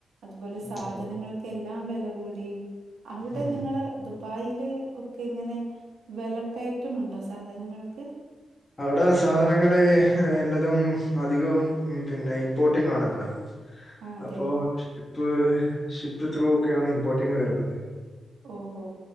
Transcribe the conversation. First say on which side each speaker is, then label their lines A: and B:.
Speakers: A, on the right; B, on the left.
A: അത്പോലെ സാധനങ്ങൾക്കെല്ലാം
B: ഉം
A: വെല കൂടി. അവ്ടെ
B: ഉം
A: നിങ്ങള് ദുബായില് ഒക്കെങ്ങനെ വെലക്കയറ്റമുണ്ടോ സാധനങ്ങൾക്ക്?
B: അവിടെ സാധനങ്ങള് എല്ലതും അധികവും പിന്നെ ഇമ്പോർട്ടിങ് ആണല്ലോ.
A: ആ അതെ.
B: അപ്പോ ഷിപ്പ് ഷിപ്പ് ത്രൂ ഒക്കെയാണ് ഇമ്പോർട്ടിങ്ങ് വരുന്നത്.
A: ഓഹോ.